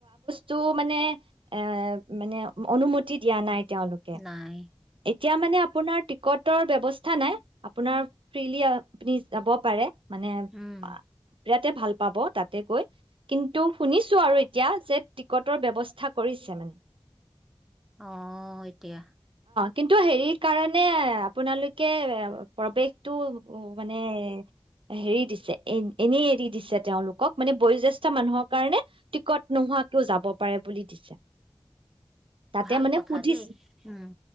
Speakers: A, on the right; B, in the centre.
A: তো মানে এ মানে অনুমতি দিয়া নাই। তেওঁলোকে
B: নাই
A: এতিয়া মানে আপোনাৰ টিকটৰ ব্যৱস্থা নাই। আপোনাৰ ফ্ৰিলি, আপুনি যাব পাৰে। মানে
B: উম
A: আ বিৰাতে ভাল পাব তাতে গৈ, কিন্তু শুনিছো আৰু এতিয়া যে টিকটৰ ব্যৱস্থা কৰিছে মান
B: অ', এতিয়া।
A: কিন্তু হেৰি কাৰণে আপোনালোকে প্ৰবেশটো মানে হেৰি দিছে এনেই এৰি দিছে তেওঁলোকক, মানে বয়োজ্যেষ্ঠ মানুহৰ কাৰণে টিকট নোহোৱা কৈও যাব পাৰে বুলি দিছে। তাতে
B: ভাল
A: মানে
B: কথা
A: সুধিছি,
B: দেই উম